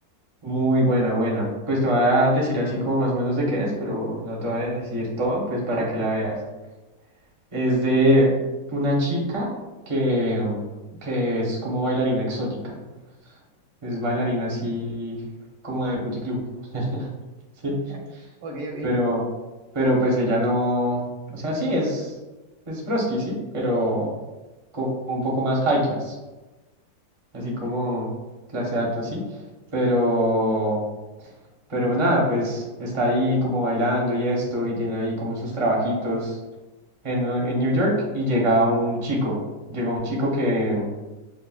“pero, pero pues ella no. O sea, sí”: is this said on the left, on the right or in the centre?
Right